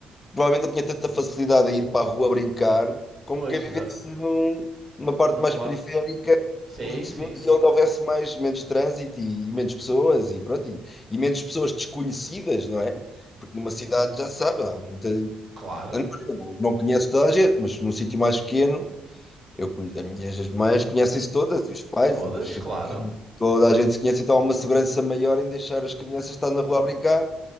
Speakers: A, on the left; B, on the right.
A: provavelmente eu tinha tanta facilidade a ir para a rua brincar como
B: Pois,
A: quem vivesse
B: exato.
A: num- numa parte
B: No
A: mais
B: outro lado.
A: periférica,
B: Sim,
A: estás a perceber?
B: sim, sim.
A: E onde houvesse mais, menos trânsito e, e menos pessoas e pronto, e, e menos pessoas desconhecidas, não é? Porque numa cidade já sabe, há muita.
B: Claro,
A: Anónima, Não, não conheço toda a gente, mas num sítio mais pequeno, eu, conhe- as minhas mães conhecem-se todas, e os pais,
B: todas,
A: e os-
B: claro.
A: toda a gente se conhece, então há uma segurança maior em deixar as crianças estar na rua a brincar